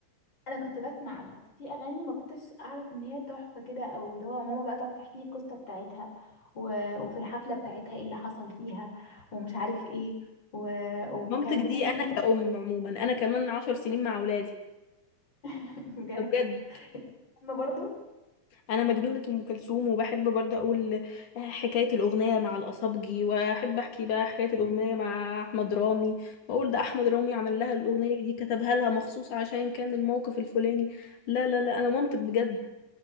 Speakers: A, on the left; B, on the left.
A: انا كنت بسمع بس في اغاني ما كنتش اعرف ان هي تحفه كده او اللي هو ماما بقى تقعد تحكي لي القصه بتاعتها و... وفي الحفله بتاعتها ايه اللي حصل فيها ومش عارف ايه و... وكانت
B: مامتك دي
A: بتحكي
B: انا
A: لي
B: كأم
A: <laughs>
B: عموما انا كمان عشر سنين مع اولادي
A: كلام بجد
B: بجد
A: انا برضو
B: انا مجنونه ام كلثوم وبحب برضه اقول آه، حكايه الاغنيه مع الاصابجي واحب احكي بقى حكايه الاغنيه مع احمد رامي واقول ده احمد رامي عمل لها الاغنيه دي كتبها لها مخصوص عشان كان الموقف الفلاني لا لا لا انا مامتك بجد